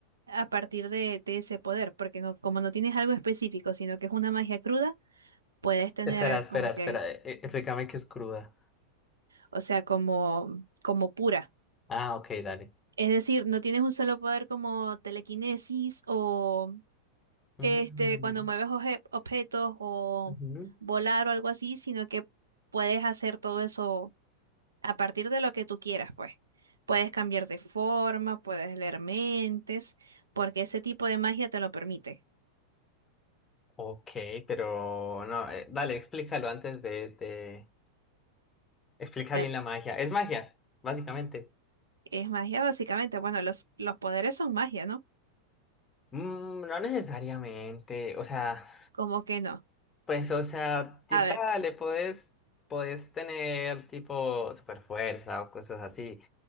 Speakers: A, on the right (about 75°); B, on the left (about 20°).
A: a partir de, de ese poder, porque no, como no tienes algo específico, sino que es una magia cruda, puedes tener
B: Espera, espera,
A: como que
B: espera. eh, eh, Explícame que es cruda.
A: o sea, como, como pura.
B: Ah, ok, dale.
A: Es decir, no tienes un solo poder como telequinesis o
B: Mm,
A: este, cuando mueves oje- objetos o
B: ujú.
A: volar o algo así, sino que puedes hacer todo eso a partir de lo que tú quieras, pues. Puedes cambiar de forma, puedes leer mentes, porque ese tipo de magia te lo permite.
B: Ok, pero no, eh, dale, explícalo antes de, de- Explica
A: Ya
B: bien la magia. Es magia, básicamente.
A: es magia básicamente. Bueno, los, los poderes son magia, ¿no?
B: Mm, no necesariamente. O sea,
A: Como que no?
B: pues, o sea, y
A: A
B: dale,
A: ver.
B: podés, podés tener tipo super fuerza o cosas así.